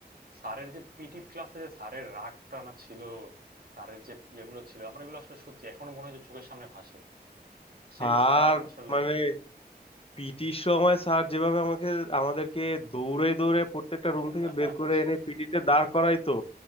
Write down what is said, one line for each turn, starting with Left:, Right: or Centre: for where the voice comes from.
Right: স্যারের যে পিটি ক্লাসে যে স্যারের রাগ টানা ছিল স্যারের যে ইয়েগুলো ছিল আমার এগুলো আসলে সত্যি এখনো মনে হয় যে চোখের সামনে ভাসে সেই
Left: স্যার
Right: স্যার আসলে
Left: মানে পিটির সময় স্যার যেভাবে আমাকে আমাদেরকে দৌড়ে দৌড়ে প্রত্যেকটা
Right: <laughs>
Left: রুম থেকে বের করে এনে পিটিতে দাঁড়
Right: হ্যাঁ,
Left: করাইতো